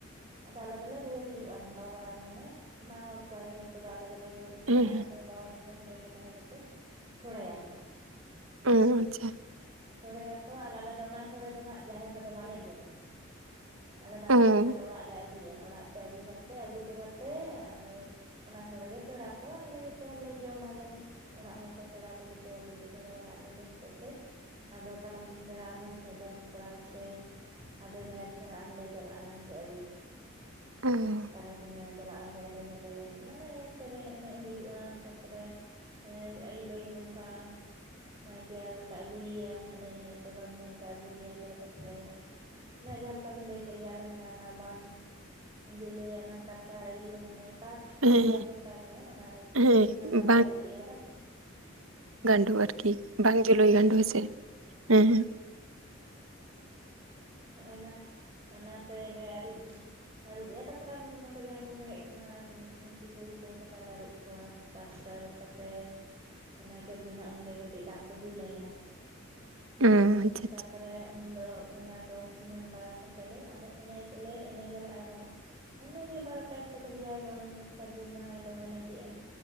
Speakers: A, on the right; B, on the right.
A: ᱟᱫᱚ ᱟᱞᱮ ᱫᱚᱞᱮ ᱨᱩᱣᱟᱹᱲ ᱦᱤᱡᱩᱜᱼᱟ ᱵᱟᱵᱟ ᱢᱟᱱᱮ ᱢᱟ ᱦᱚᱲ ᱠᱚ ᱟᱭᱳ ᱦᱚᱲ ᱠᱚᱫᱚ ᱟᱞᱮ ᱫᱚᱞᱮ ᱨᱩᱣᱟᱹᱲ ᱤᱡᱩᱜᱼᱟ
B: ᱦᱮᱸ ᱦᱮᱸ
A: ᱟᱨ ᱵᱟᱵᱟ ᱛᱟᱠᱚ ᱫᱚ ᱚᱸᱰᱮ ᱜᱮ ᱛᱟᱦᱮᱸ ᱠᱟᱛᱮ ᱪᱷᱚᱲᱮᱭᱟᱠᱚ
B: ᱚᱸ ᱟᱪᱪᱷᱟ
A: ᱥᱚᱲᱮᱭᱟᱠᱚ ᱟᱨ ᱟᱞᱮ ᱫᱚ ᱚᱱᱟ ᱥᱚᱲᱮ ᱫᱚ ᱱᱟᱜ ᱡᱟᱦᱮᱨ ᱨᱮᱫᱚ ᱵᱟᱞᱮ ᱡᱚᱢᱟ ᱟᱞᱮ ᱫᱚ ᱚᱱᱟ
B: ᱚ ᱚ
A: ᱥᱳᱲᱮ ᱫᱚ ᱚᱲᱟᱜ ᱞᱮ ᱟᱹᱜᱩᱭᱟ ᱚᱲᱟᱜ ᱛᱮ ᱟᱹᱜᱩ ᱠᱟᱛᱮᱫ ᱟᱹᱜᱩ ᱦᱚᱴᱚ ᱠᱟᱛᱮᱫ ᱟᱨ ᱚᱱᱟ ᱥᱚᱲᱮᱜᱮ ᱯᱮᱲᱟ ᱠᱚ ᱟᱞᱮ ᱡᱚᱛᱚ ᱦᱚᱲᱞᱮ ᱡᱚᱢ ᱟᱞᱮ ᱚᱲᱟᱜ ᱦᱚᱲ ᱠᱚ ᱯᱮᱲᱟ ᱠᱚ ᱡᱚᱛᱚ ᱞᱟᱹᱜᱤᱫ ᱥᱚᱲᱮ ᱚᱲᱟᱜ ᱞᱮ ᱡᱚᱢ ᱠᱮᱫ ᱛᱮ ᱟᱫᱚ ᱛᱟᱨᱟᱥᱤᱧ ᱵᱮᱲᱟ ᱟᱨᱦᱚᱸ ᱥᱟᱡᱟᱣ ᱥᱟᱯᱲᱟᱣ ᱠᱟᱛᱮᱜ ᱾ ᱟᱫᱚ ᱡᱟᱦᱮᱨ ᱥᱮ ᱟᱨᱞᱮ ᱦᱚᱸ ᱪᱟᱞᱟᱜᱼᱟ ᱱᱟᱭᱠᱮ ᱟᱹᱜᱩ᱾
B: ᱚᱸᱻ
A: ᱛᱟᱨᱟᱥᱤᱧ ᱵᱮᱲᱟ ᱪᱟᱞᱟᱜᱼᱟ ᱚᱸᱰᱮ ᱮᱱᱮᱡᱟᱞᱮ ᱢᱟᱱᱮ ᱥᱮᱨᱮᱧ ᱮᱱᱮᱡ ᱦᱩᱭᱩᱜᱼᱟ ᱛᱟᱨᱯᱚᱨᱮ ᱦᱮᱸ ᱟᱹᱭᱩᱵ ᱟᱹᱭᱩᱵ ᱚᱝᱠᱟ ᱾ ᱱᱟᱭᱠᱮ ᱟᱞᱮ ᱞᱮ ᱟᱹᱜᱩᱭᱮᱭᱟ ᱮᱱᱮᱡ ᱮᱱᱮᱡ ᱛᱮ ᱫᱚᱱ ᱫᱚᱱ ᱛᱮ ᱟᱹᱜᱩᱭᱮᱭᱟᱞᱮ ᱛᱟᱨᱯᱚᱨᱮ ᱚᱱᱮ ᱡᱟᱦᱟᱸ ᱞᱮᱠᱟ ᱵᱤᱱ ᱞᱟᱹᱭ ᱠᱮ ᱡᱮ ᱟᱞᱮ ᱦᱚᱱᱟ ᱱᱟ ᱵᱟᱝ ᱡᱮ ᱞᱟᱹᱭᱟ ᱚᱱᱟ ᱠᱟᱴᱟ ᱤᱭᱟᱹ ᱢᱟᱱᱮ ᱾ ᱠᱟᱴ
B: ᱦᱮᱸ
A: ᱥᱟᱨᱡᱚᱢ ᱠᱟᱴ ᱨᱮ ᱚᱱᱟᱨᱮ
B: ᱦᱮᱸ
A: ᱠᱟᱴᱟᱞᱮ ᱟᱨᱩᱵᱮᱭᱟ ᱨᱮ
B: ᱜᱟᱸᱰᱚ ᱟᱨᱠᱤ ᱵᱟᱝ ᱡᱩᱞᱩᱭ
A: ᱦᱮᱸ
B: ᱜᱟᱸᱰᱳ ᱦᱮᱸᱥᱮ ᱦᱮᱸ ᱦᱮᱸ
A: ᱚᱱᱟ ᱚᱱᱟ ᱛᱮᱞᱮ ᱟᱹᱨᱩᱵ ᱟᱹᱨᱩᱵ ᱮᱭᱟ ᱛᱟᱯᱚᱨᱮ ᱟᱨᱦᱚᱸ ᱵᱚᱸᱜᱟ ᱠᱚ ᱡᱟᱦᱟᱸᱭ ᱠᱚᱠᱚ ᱦᱮᱡ ᱟᱠᱟᱱᱟ ᱩᱱᱠᱩ ᱠᱚ ᱡᱚᱛᱚ ᱠᱟᱴᱟᱞᱮ ᱟᱹᱨᱩᱵ ᱠᱚᱣᱟ ᱛᱟᱨᱯᱚᱨᱮ ᱟᱹᱨᱩᱵ ᱠᱟᱛᱮ ᱱᱟᱭᱠᱮ ᱵᱩᱲᱤ ᱱᱟᱜ ᱩᱱᱜᱮ ᱠᱟᱹᱴᱤᱡ ᱫᱟᱜ ᱠᱚ ᱫᱩᱞ ᱟᱭᱟ
B: ᱦᱩᱸ ᱟᱪᱪᱷᱟ ᱟᱪᱪᱷᱟ ᱾
A: ᱛᱟᱨᱯᱚᱨᱮ ᱩᱱᱫᱚ ᱵᱚᱸᱜᱟ ᱠᱚ ᱥᱩᱢᱟᱱ ᱞᱟᱲᱟ ᱠᱚᱛᱮ ᱞᱮ, ᱟᱫᱚ ᱮᱱᱮᱡᱞᱮ ᱮᱱᱮᱡᱟᱞᱮ ᱟᱨᱦᱚᱸ᱾ ᱤᱱᱟᱹᱜ ᱜᱮ ᱵᱟᱨᱚᱴᱟ ᱮᱠᱴᱟ ᱫᱷᱟᱵᱤᱡ ᱡᱟ-ᱜᱮ ᱥᱟᱹᱨᱫᱤ ᱢᱟᱦᱟ ᱦᱤᱞᱳᱜ ᱮᱱᱮᱡᱮᱜᱼᱟ᱾